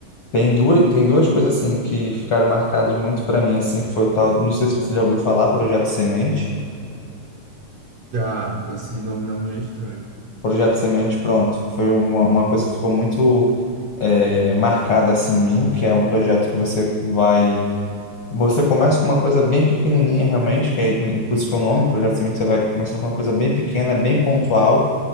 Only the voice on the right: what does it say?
Já, esse nome não me é estranho.